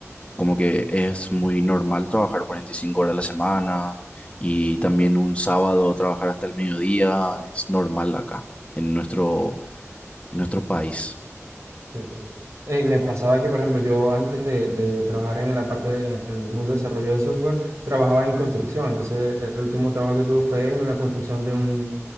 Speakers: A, on the left (about 25°); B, on the right (about 65°).
A: como que es muy normal trabajar 45 horas a la semana y también un sábado trabajar hasta el mediodía, es normal acá en nuestro, en nuestro país.
B: Sí, sí. Eh, me pasaba que, por ejemplo, yo antes de, de trabajar en la parte de- en el mundo de desarrollo de software, trabajaba en construcción. Entonces, el último trabajo que tuve fue en una construcción de un,